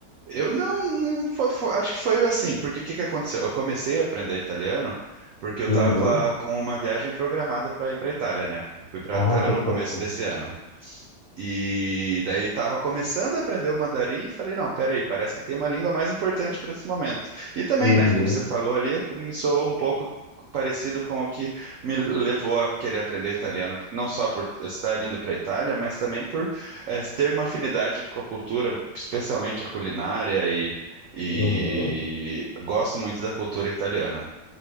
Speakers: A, on the right; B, on the left.
A: Eu não, não foi, foi- acho que foi assim, porque o que que aconteceu? Eu comecei a aprender italiano porque eu
B: Uhum.
A: estava com uma viagem programada para ir para a Itália, né? Eu fui para
B: Ah,
A: a Itália
B: bacana.
A: no começo desse ano. E daí ele estava começando a aprender o mandarim e falei, não, peraí, parece que tem uma língua mais importante para esse momento. E também,
B: Uhum.
A: né, como você falou ali, me soou um pouco parecido com o que me levou a querer aprender italiano, não só por estar indo para a Itália, mas também por eh, ter uma afinidade com a cultura, especialmente a culinária e, e
B: Uhum.
A: gosto muito da cultura italiana.